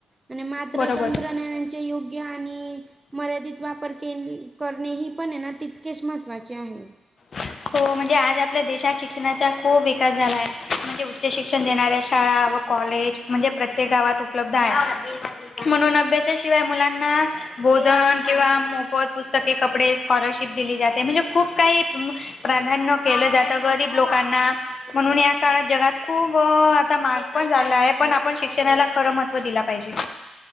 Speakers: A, on the right (about 25°); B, on the left (about 55°).
A: आणि मात्र
B: बरोबर
A: तंत्रज्ञानाचे युग. घ्या आणि मर्यादित वापर के करणे ही पण आहे ना, तितकेच महत्त्वाचे आहे.
B: हो, म्हणजे आज आपल्या देशात शिक्षणाचा खूप विकास झालाय. म्हणजे उच्च शिक्षण देणाऱ्या शाळा व कॉलेज म्हणजे प्रत्येक गावात उपलब्ध आहे. म्हणून अभ्यासाशिवाय मुलांना भोजन किंवा मोफत पुस्तके, कपडे, स्कॉलरशिप दिली जाते म्हणजे खूप काही म प्राधान्य केलं जातं, गरीब लोकांना म्हणून या काळात जगात खूप आता महाग पण झाल आहे, पण आपण शिक्षणाला खरं महत्त्व दिलं पाहिजे.